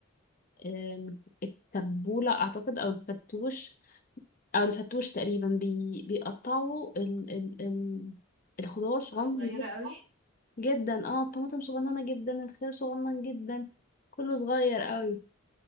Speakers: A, on the left (about 40°); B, on the right (about 70°).
A: آم، التبولة اعتقد او الفتوش او الفتوش تقريبا بي... بيقطعوا ال... ال... ال... الخضار صغنن
B: اه صغيرة قوي
A: جدا اه الطماطم صغننه جدا الخيار صغنن جدا كله صغير قوي